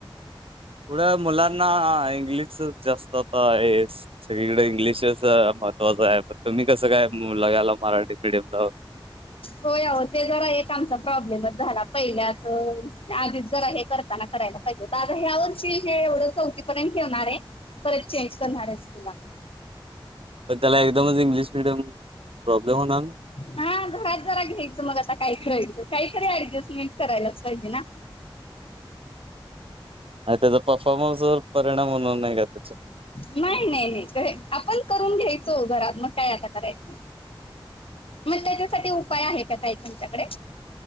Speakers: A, on the right; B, on the left.
A: पुढं मुलांना इंग्लिशचच जास्त तर आहेच. सगळीकडे इंग्लिशच महत्वाचं आहे. तुम्ही कसं काय मुलग्याला मराठी मीडियमला-
B: होय. आहो ते जरा एक आमचा प्रॉब्लेमच झाला. पहिल्याच आधीच जरा एक- करताना करायला पाहिजे होत. आता ह्या वर्षी हे एवढं चौथीपर्यंत ठेवणार आहे. परत चेंज करणारच <unintelligible>
A: पण त्याला एकदमच इंग्लिश मिडियम प्रॉब्लेम होणार नाही?
B: हां. घरात जरा घ्यायचं मग आता काय करायचं? काहीतरी ऍडजस्टमेंट करायलाच पाहिजे ना.
A: आणि त्याचा परफॉर्मन्स वर परिणाम होणार नाही का त्याचा?
B: नाही नाही नाही. आपण करून घ्यायच ओ घरात मग काय आता करायचं? मग त्याच्यासाठी उपाय आहे का काही तुमच्याकडे?